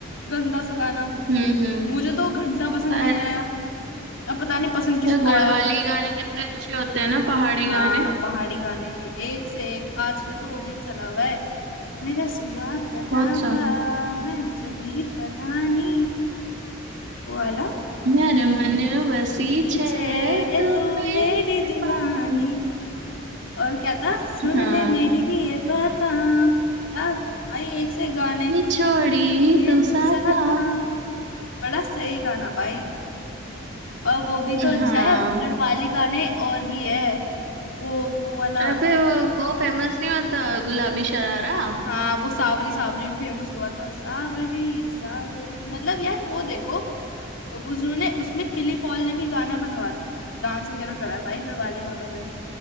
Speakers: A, on the left; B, on the right.
A: गंदा सा गाना
B: हम्म हम्म
A: मुझे
B: हम्म
A: तो घंटा पसंद
B: अरे
A: नहीं आया अब पता नहीं पसंद किसको
B: गढ़वाली
A: आया
B: गाने कितने अच्छे होते हैं ना पहाड़ी
A: हाँ
B: गाने
A: पहाड़ी गाने भी एक से एक आजकल तो वो भी चला हुआ है मेरा सुआ प्रतापा
B: कौन सा
A: मैं चली पधानी वो वाला
B: यार मन बसी
A: पीछे
B: छे तू
A: तू
B: मेरी
A: मेरी
B: दीवार
A: दीवानी और क्या था सुन
B: हाँ
A: ले मेरी ये पता क्या भाई एक से एक गाने
B: निछोड़ी
A: ये
B: तू
A: तुसा
B: सा था
A: था बड़ा सही गाना भाई और वो भी तो अच्छा
B: हाँ
A: है गढ़वाली गाने और भी है वो वो वाला
B: और फिर वो, वो फेमस नहीं होता गुलाबी शरारा
A: हाँ वो सावरी सावरी भी फेमस हुआ था सावरी सावरी मतलब यार वो देखो अब उन्होंने उसमें किली पॉल ने भी गाना बनवा दिया डांस वगैरह करा है भाई गढ़वाली गानों में